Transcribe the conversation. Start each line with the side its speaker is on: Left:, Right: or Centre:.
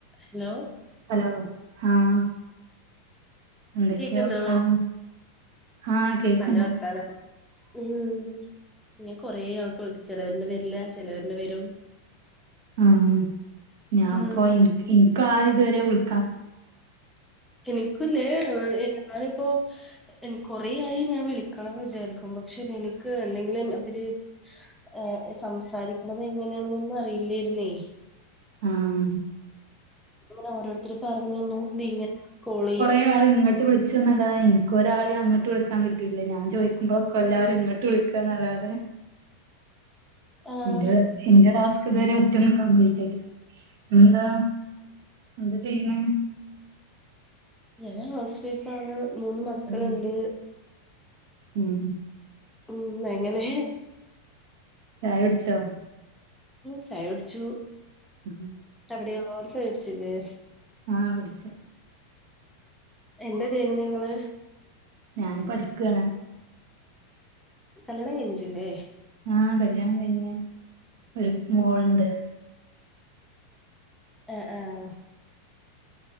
Centre: Hello
Right: hello ആഹ് എന്തൊക്കെ
Centre: കേക്ക്ണ്ടോ
Right: വർത്താനം ആഹ് കേക്കണ്ട്
Centre: നല്ല വർത്താനം ഉം ഇങ്ങെ‌ കൊറെ ആൾക്ക് വിളി ചിലവരിന്റെ വരില്ല ചിലവരിന്റെ വരും
Right: ആഹ് ഞാൻപ്പൊ
Centre: ഉം
Right: ഇനി ഇനിക്കാര് ഇതുവരെ വിള്
Centre: എനിക്കൂല്ലേ ഏഹ് ഞാനിപ്പോ എനി കൊറെയായി ഞാൻ വിളിക്കണം ന്ന് വിചാരിക്കും പക്ഷെ എനിക്ക് എന്തെങ്കിലും അതില് ഏഹ് സംസാരിക്കണത് എങ്ങനെയാണെന്നൊന്നും അറിയില്ലായിരുന്നേ
Right: ആഹ്
Centre: അപ്പൊങ്ങനെ ഓരോരുത്തർ പറഞ്ഞന്നു തീങ്ങനെ കോളിയ്യ്
Right: കുറെ ആൾ ഇങ്ങട്ട് വിളിച്ചുന്നല്ലാതെ എനിക്ക്‌ ഒരാളേം അങ്ങട്ട് വിളിക്കാൻ കിട്ടിയിട്ടില്ല ഞാൻ ചോയിക്കുമ്പോ ഒക്കെ എല്ലാരും ഇങ്ങട്ട് ങ്ങട്ട് വിളിക്കാ ന്നല്ലാതെ
Centre: ആഹ്
Right: എന്റെ എന്റെടുത്ത് ഇതുവരെ ഒറ്റൊ കപ്ലീറ്റ് ആയിട്ടില്ല ഇങ്ങെന്താ എന്താ ചെയ്യണ
Centre: ഞാന് ഹൗസ് വൈഫാണ് മൂന്ന് മക്കളുണ്ട്
Right: ഉം ഉം
Centre: ഉം അങ്ങനെ
Right: ചായ കുടിച്ചോ
Centre: ചായ കുടിച്ചു
Right: ഉം
Centre: അവിടോ <unintelligible>
Right: ആഹ് കുടിച്ച്
Centre: എന്താ ചെയ്യണ നിങ്ങള്
Right: ഞാനെ പഠിക്കയാണ്
Centre: കല്യാണം കഴിഞ്ഞിട്ടില്ലേ
Right: ആഹ് കല്യാണം കഴിഞ്ഞ് ഒരു മോൾ
Centre: ഓ
Right: ഉണ്ട്
Centre: ഏഹ് ആഹ്